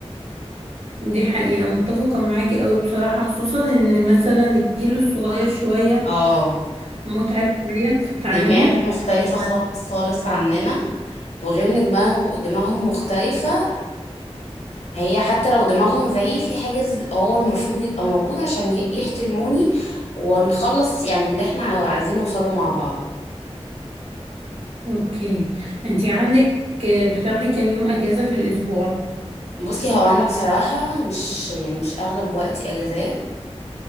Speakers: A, on the right; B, on the left.
A: دي حقيقة متفقة معاكي قوي بصراحة خصوصا ان مثلا الجيل الصغير شوية
B: اه
A: متعب شوية في التعامل
B: دماغ مختلفة
A: ف...
B: خالص خالص عننا وغير ان دماغه دماغهم مختلفة هي حتى لو دماغهم زيي في حاجز هو المفروض يبقى موجود عشان ي- يحترموني ونخلص يعني اللي احنا عايزين نوصله مع بعض
A: اوكي انتي عندك بتاخدي كام يوم اجازة في الاسبوع
B: بصي هو انا بصراحة مش يعني مش اغلب وقتي اجازات